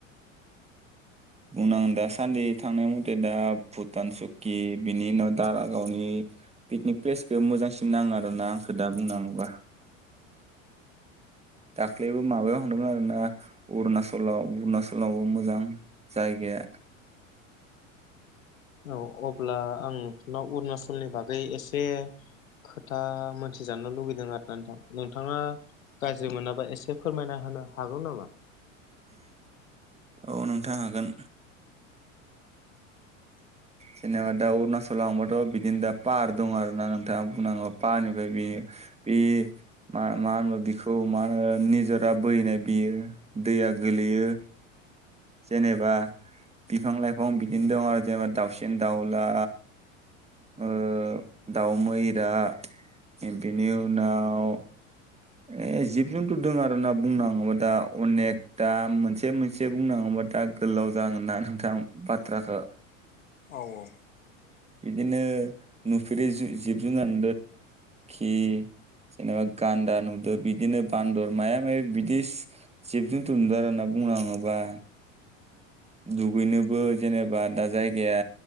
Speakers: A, on the right (about 15°); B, on the left (about 85°).
A: बुंनां दा सानदि थांनाय मथे दा भुटान सुक्कि बिनि उनाव दारागावनि पिकनिक प्लेसखौ मोजांसिन नाङो आरोना आंखौ दा बुंनाङोबा। दाख्लैबो माबायाव थांदोंमोन आरोना अरुणाचलाव अरुणाचलावबो मोजां। जायगाया
B: औ अब्ला आं नोंथांनाव अरुणाचलनि बागै एसे खोथा मोनथिजानो लुगैदों आरो ना नोंथां नोंथाङा गाज्रि मोनाबा एसे फोरमायना होनो हागौ नामा?
A: औ नोंथां हागोन।
B: <unintelligible>
A: जेनेबा दा अरुणाचलाव थांबाथ' बिदिनो दा पाहार दं आरो ना नोंथाङा बुंनांगौ पाहनिफ्राय बियो बे मा मा होनो बिखौ मा होनो निजोरा बोहैनाय बियो दैया गोलैयो जेनेबा बिफां लाइफां बिदिनो दं आरो। जेनेबा दाउसिन, दाउला ओ दाउ मैरा बेनि उनाव ए जिब जुनथु दङ आरोना बुंनो थाङोबा दा अनेक दा मोनसे मोनसे बुंनांगौबा दा गोलाव जागोन ना नोंथां बाथ्राखौ
B: औ औ
A: बिदिनो नुफेरै जिब जुनार <unintelligible> जेनेबा गान्दा नुदो बिदिनो बान्दर माया माया बिदिस जिब जुनथु नुदोंमोन आरोना बुंनो थङोबा दुगैनोबो जेनेबा दा जायगाया